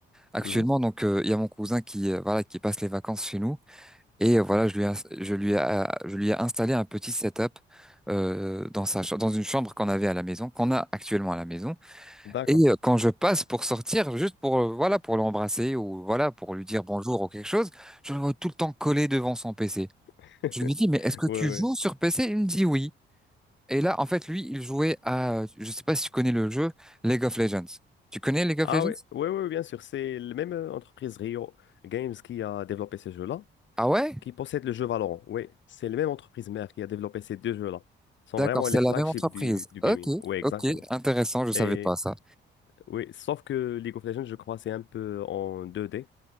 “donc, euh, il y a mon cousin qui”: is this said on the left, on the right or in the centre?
Centre